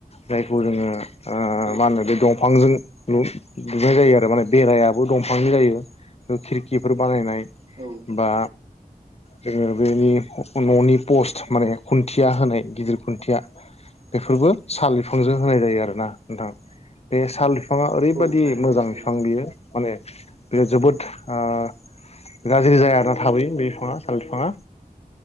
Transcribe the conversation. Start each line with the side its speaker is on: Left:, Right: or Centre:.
Left: जायखौ जोङो ओ
Right: औ
Left: मा होनो बे दंफांजों लु-लुनाय जायो आरो माने बेरायाबो दंफांनि जायो। खिरखिफोर बानायनाय
Right: औ
Left: बा जोङो बेनि न'नि पस्ट माने खुन्थिया होनाय गिदिर खुन्थिया बेफोरबो साल बिफांजों होनाय जायो आरोना। नोंथां बे साल बिफाङा ओरैबादि
Right: औ थारैनो
Left: मोजां
Right: थारैनो
Left: बिफां बियो! माने बियो जोबोद आ गाज्रि जाया आरोोना थाबैयो बे बिफाङा साल बिफाङा